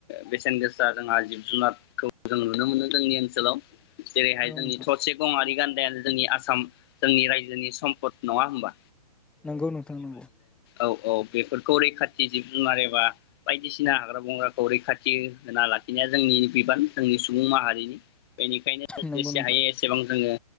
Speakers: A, on the left (about 40°); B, in the centre.
A: बेसेन गोसा जोंहा जिब-जुनारखौ जों नुनो मोनो जोंनि ओनसोलाव जेरैहाय
B: औ
A: जोंनि
B: नोंथां
A: थरसे गंआरि गान्दा या जोंनि आसाम जोंनि रायजोनि सम्पद नङा हबा?
B: नंगौ नोंथां नंगौ
A: औ-औ बेफोरखौ रैखाथि जिब जुनार एबा बायदिसिना हाग्रा बंग्राखौ रैखाथि होना लाखिनाया जोंनि बिबान जोंनि सुबुं माहारिनि बेनिखायनो
B: नंगौ
A: जेसे
B: नोंथां
A: हायो एसेबां जोङो